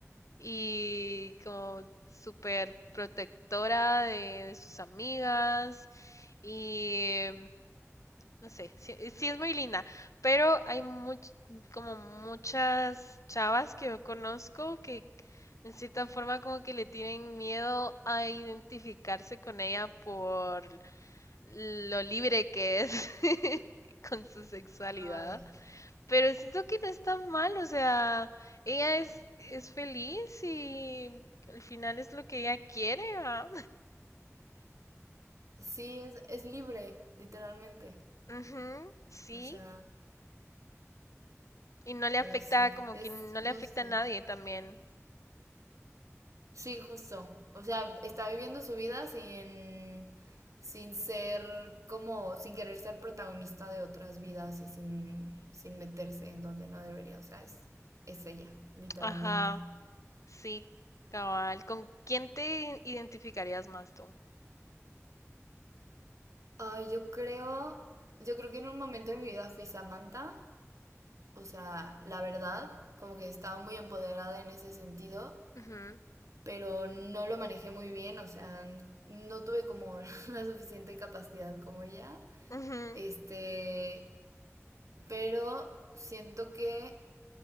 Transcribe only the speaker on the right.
Ay,
sí, es, es libre, literalmente.
O sea,
pero
sí,
es,
no
sé.
Sí, justo. O sea, está viviendo su vida sin, sin ser como, sin querer ser protagonista de otras vidas y sin, sin meterse en donde no debería. O sea, es, es ella, literalmente.
Ay, yo creo, yo creo que en un momento de mi vida fui Samantha. o sea, la verdad, como que estaba muy empoderada en ese sentido,
pero no lo manejé muy bien, o sea, no tuve como <laughs> la suficiente capacidad como ella.
Este, pero siento que